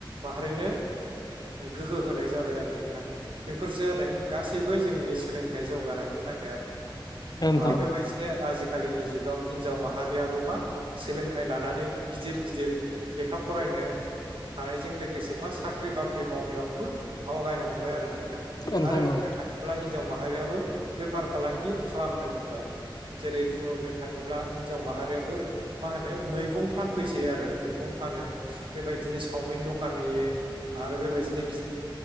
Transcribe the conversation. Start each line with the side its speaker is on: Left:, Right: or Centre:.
Right: माहारिनो गोहो होनाय जाबाय आरो नोंथां। बेफोर जादों गासैबो जोंनि सोलोंथाइ जौगानायनि थाखाय आरो नोंथां।
Left: औ नोंथां
Right: ओ
Left: औ
Right: बेबायदिनो आजिखालिनि जु गाव हिनजाव माहारियाबो मा सोलोंथाइ लानानै गिदिर गिदिर लेखा फरायनो हानायजों लोगोसे मा साख्रि बाख्रि मावनायावबो आवगायनो हमबाय आरो नोंथां।
Left: नोंथां
Right: आरो बुंनो
Left: औ नोंथां औ नोंथां औ
Right: थाङो ब्ला हिनजाव माहारियाबो बेफार फालांगि खालामनो हमबाय। जेरै बुंहरनो थाङोब्ला हिनजाव माहारियाबो मा होनो मैगं फानफैसै आरो। मैगं फानो बेबायदिनो सावमिन दखान होयो आरो बेबायदिनो गि